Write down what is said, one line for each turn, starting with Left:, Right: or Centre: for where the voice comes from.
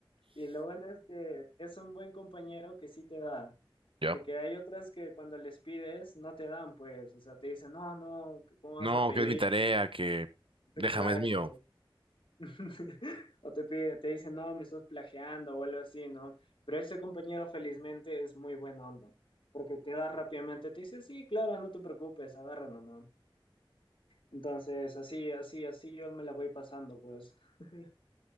Left: Y lo bueno es que es un buen compañero que sí te da,
Right: Ya.
Left: porque hay otras que cuando les pides no te dan, pues, o sea, te dicen, no, no, ¿cómo
Right: No,
Left: vas a pedir?
Right: que es mi tarea, que déjame,
Left: Exacto.
Right: es mío.
Left: <laughs> O te pide, te dicen, no, me estás plagiando o algo así, ¿no? Pero ese compañero felizmente es muy buena onda, porque te da rápidamente, te dice, sí, claro, no te preocupes, agarra nomás. Entonces, así, así, así yo me la voy pasando, pues. <laughs>